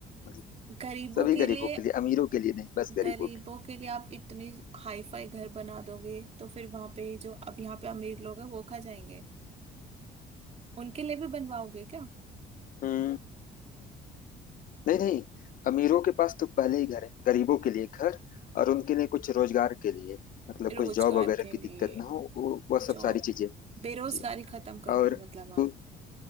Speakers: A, on the left (about 55°); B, on the right (about 40°).
A: मतलब
B: गरीबों
A: सभी
B: के
A: गरीबों
B: लिए
A: के लिए अमीरों के लिए नहीं बस गरीबों
B: गरीबों
A: के
B: के लिए आप इतनी हाई फाई घर बना दोगे तो फिर वहां पे जो अब यहाँ पे अमीर लोग हैं वो खा जाएंगे उनके लिए भी बनवाओगे क्या
A: हम्म नहीं नहीं अमीरों के पास तो पहले ही घर है गरीबों के लिए घर और उनके लिए कुछ रोजगार के लिए मतलब
B: रोजगार
A: कुछ जॉब वगैरह
B: के
A: की
B: लिए
A: दिक्कत ना हो वो वह सब
B: जॉब
A: सारी चीजें
B: बेरोजगारी
A: जी
B: खत्म
A: हाँ
B: करोगे
A: और
B: मतलब आप
A: दू,